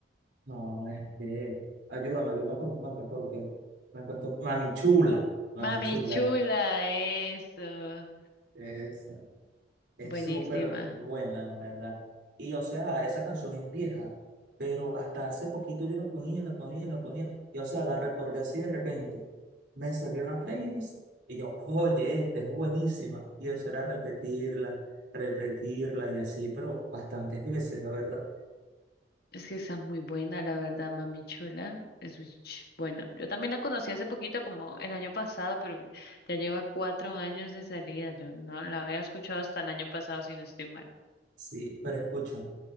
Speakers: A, on the right (about 70°); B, on the left (about 60°).
A: No, es que, ayúdame, yo me confundo porque me cuesta Mami Chula, Mami
B: Mami
A: Chula,
B: chula, eso.
A: esa, es
B: Buenísima.
A: súper buena, la verdad. Y o sea, esa canción es vieja, pero hasta hace poquito yo la ponía, la ponía, la ponía, y o sea, la recordé así de repente. Me salió en la playlist y yo, oye, esta es buenísima. Y eso era repetirla, repetirla y así, pero bastantes veces, la verdad.
B: Es que esa es muy buena, la verdad, Mami Chula. Es muy ch- buena. Yo también la conocí hace poquito, como el año pasado, pero ya lleva cuatro años de salida. Yo no la había escuchado hasta el año pasado, si no estoy mal.
A: Sí, pero escúchame.